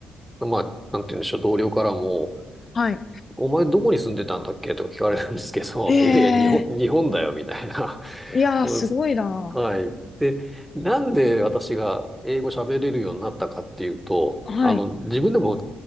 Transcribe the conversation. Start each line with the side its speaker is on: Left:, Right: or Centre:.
Centre: まあ、なんて言うんでしょう、同僚からも、
Left: はい。
Centre: お前どこに住んでたんだっけとか聞かれるんですけど、
Left: ええ
Centre: いやいや、日本、日本だよ、みたいな。<laughs>
Left: ーいやー、
Centre: うん
Left: すごいな。
Centre: はい。で、なんで私が英語喋れるようになったかっていうと、
Left: はい。
Centre: あの、自分でも